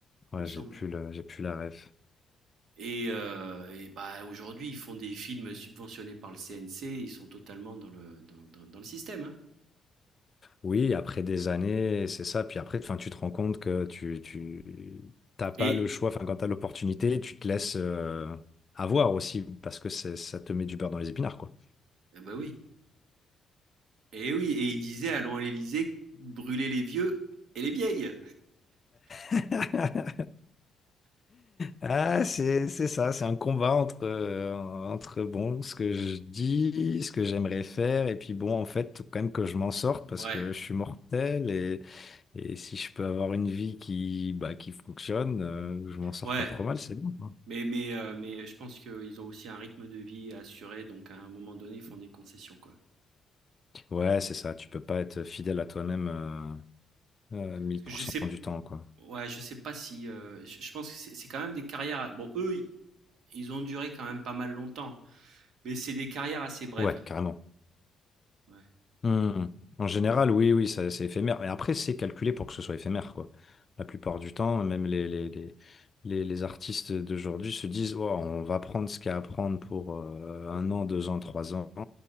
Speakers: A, on the left; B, on the right.
A: Ouais,
B: il me semble.
A: j'ai plus le, j'ai plus la ref.
B: Et, euh, et bah aujourd'hui, ils font des films subventionnés par le CNC, ils sont totalement dans le dans, dans- dans le système. hein.
A: Oui, après des années, c'est ça. Puis après, enfin, tu te rends compte que tu, tu, t'as pas
B: Et
A: le choix. Enfin, quand t'as l'opportunité, tu te laisses euh, avoir aussi parce que c'est- ça te met du beurre dans les épinards, quoi.
B: ah bah oui, et oui, et il disait allons à l'Élysée, brûler les vieux et les vieilles.
A: <laughs> Ah, c'est c'est ça, c'est un combat entre, euh, entre bon, ce que je dis, ce que j'aimerais faire, et puis bon, en fait, faut quand même que je m'en sorte parce
B: Ouais,
A: que je suis mortel et, et si je peux avoir une vie qui, bah, qui fonctionne, euh, je m'en sors
B: ouais.
A: pas trop mal, c'est bon. quoi.
B: Mais mais euh, mais je pense qu'ils ont aussi un rythme de vie à assurer, donc à un moment donné, ils font des concessions quoi.
A: Ouais, c'est ça, tu peux pas être fidèle à toi-même euh, euh, mille
B: Parce que
A: pour
B: je
A: cent
B: sais
A: du temps, quoi.
B: Ouais, je sais pas si, heu, je je pense que c'est c'est quand même des carrières bon eux, i ils ont duré quand même pas mal longtemps, mais c'est des carrières assez brèves.
A: Ouais, carrément.
B: Ouais,
A: Hmm. En général, oui, oui, ça- c'est éphémère. Et après, c'est calculé pour que ce soit éphémère, quoi. La plupart du temps, même les, les, les, les, les artistes d'aujourd'hui se disent, Oh, on va prendre ce qu'il y a à prendre pour euh, un an, deux ans, trois ans.